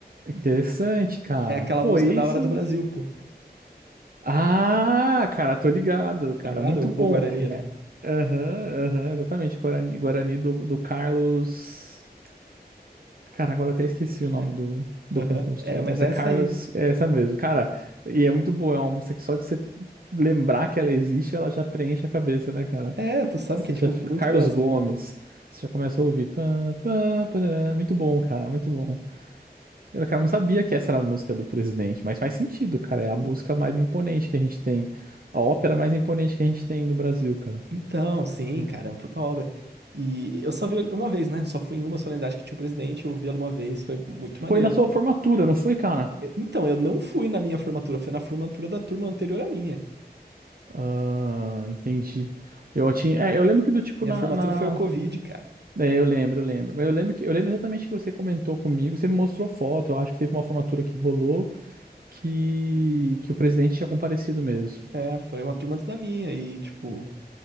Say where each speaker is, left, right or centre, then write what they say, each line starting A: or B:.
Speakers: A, on the right; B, on the right.
A: Interessante, cara.
B: que é aquela
A: Pô,
B: música
A: isso.
B: da hora do Brasil, pô.
A: Ah, cara, tô ligado, cara,
B: Tá ligado?
A: muito bom.
B: O, o Guarani, né?
A: É, Aham, aham, exatamente, Guarani, Guarani do, do Carlos. Cara, agora até esqueci o nome
B: É.
A: do, do
B: Aham.
A: compositor,
B: É, mas
A: mas
B: é
A: é Carlos,
B: essa aí.
A: é essa mesmo, cara, e é muito boa, é uma música que só de você lembrar que ela existe, ela já preenche a cabeça, né, cara?
B: É, tu sabe
A: Você
B: que é,
A: já,
B: tipo,
A: fi-
B: muito
A: Carlos
B: Brasil,
A: Gomes,
B: né?
A: você já começa a ouvir. Pá, pá, parará, muito bom, cara, muito bom. Eu, cara, não sabia que essa era a música do presidente, mas faz sentido, cara. É a música
B: En-
A: mais imponente que a gente tem. A ópera mais imponente que a gente tem no Brasil, cara.
B: Então, sim, cara, é uma puta obra. E eu só vi ele uma vez, né? Só fui em uma solenidade que tinha o presidente, eu vi ela uma vez, foi muito maneiro.
A: Foi na sua
B: porque-
A: formatura, não foi, cara?
B: Eu- Então, eu não fui na minha formatura, foi na formatura da turma anterior à minha.
A: Ah, entendi. Eu tinha. É, eu lembro que do tipo
B: Minha
A: na,
B: formatura
A: na...
B: foi o Covid, cara.
A: É, eu lembro, eu lembro. Mas eu lembro que eu lembro exatamente que você comentou comigo, você me mostrou foto. Eu acho que teve uma formatura que rolou que, que o presidente tinha comparecido mesmo.
B: É, foi uma turma antes da minha e, tipo,